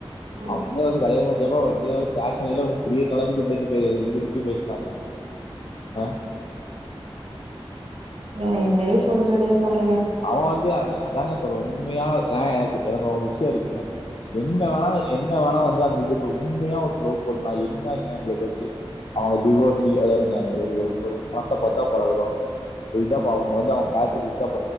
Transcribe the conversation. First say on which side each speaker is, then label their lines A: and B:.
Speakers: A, on the right; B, on the left.
A: ம்
B: அவங்கேந்து கல்யாணமுச்சப்ப அவங்க ரெண்டு வேரு ஸேஷரியர்ன <unintelligible> ர ரண்டு வீட்லயு பேச்னாங்க ஆ
A: வேற என்னடி சொல்றதுன் சொல்லுங்க
B: அவ வந்து அ அதாங்க சொல்றே உண்மையா ஏ எனக்கு எனக்கு ஓர் விஷ்யோ இருக்குங்க என்ன வேணா என்ன வேணா வந்து அந்த இருக்கட்டு உண்மையா ஒருத்தே லவ் பண்ணா என்ன அவுங்களுக்கு வந்து அவுங்க டிவோசியோ அத ஒரு ஒரு மனசா பாத்தா பழகுறோ இல்லாப்ப அவுங்க வந்து அவுங்க <unintelligible>